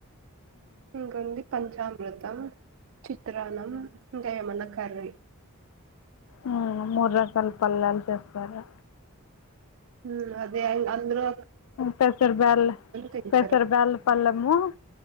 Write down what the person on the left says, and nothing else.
ఆ మూడు రకాల పల్లాలు చేస్తారా
పెసర్ బేల్
పెసర్ బేల్ పళ్ళము